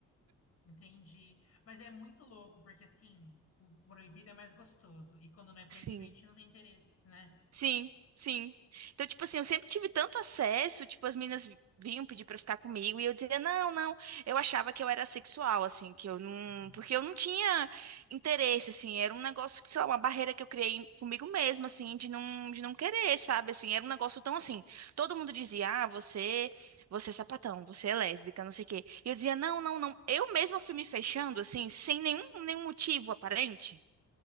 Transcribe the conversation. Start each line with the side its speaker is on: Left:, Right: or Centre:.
Left: Entendi. Mas é muito louco, porque assim, o proibido é mais gostoso. E quando não é proibido,
Right: experimentei.
Left: a gente não tem interesse, né?
Right: Sim, sim. Então, tipo assim, eu sempre tive tanto acesso, tipo, as meninas vi- vinham pedir pra ficar comigo e eu dizia, não, não. Eu achava que eu era sexual, assim, que eu não.
Left: Entendi.
Right: Porque eu não tinha interesse, assim. Era um negócio, que, sei lá, uma barreira que eu criei comigo mesma, assim, de não, de não querer, sabe? Assim, era um negócio tão assim. Todo mundo dizia, ah, você, você é sapatão, você é lésbica, não sei o quê. E eu dizia, não, não, não. Eu mesma fui me fechando, assim, sem nenhum, nenhum motivo aparente.